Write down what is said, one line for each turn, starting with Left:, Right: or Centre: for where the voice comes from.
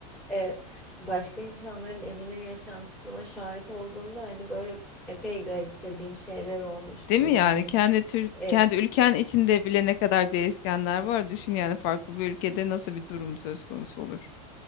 Centre: Eee, başka insanların evine, yaşantısına şahit olduğumda, hani, böyle, epey garipsediğim şeyler olmuştu.
Left: Değil mi
Centre: Yani,
Left: yani kendi tür
Centre: eee
Left: kendi ülken içinde bile ne kadar değişkenler var. Düşün yani farklı bir ülkede nasıl bir durum söz konusu olur.